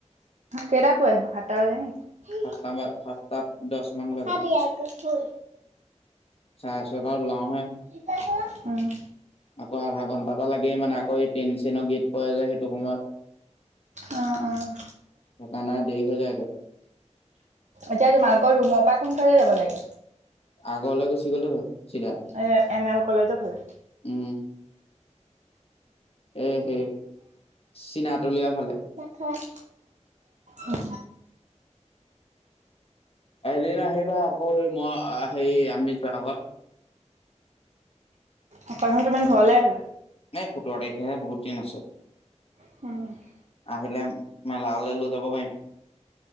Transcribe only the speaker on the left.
সাতটা বা সাতটা দহ মান
বাজে
চাৰে চ টাত লোৱাও হে
আকৌ আধা ঘণ্টা এটা লাগেই মানে আকৌ এই ট্টেইন ষ্টেইন চনৰ গীত কৰে যে সেইটো সময়ত
সেইকাণে দেৰি হৈ যায় ক।
আগ ওলাই গুচি গ'লে হ'ল। চিধা
উম এ সেই চীনাতলীয়া ফালে
এদিন আহিবা আকৌ মই হে আমি যোৱাৰ আগত।
নে সোতৰ তাৰিখে বহুত দিন আছে।
আহিলে মেলা লে লৈ যাব পাৰিম।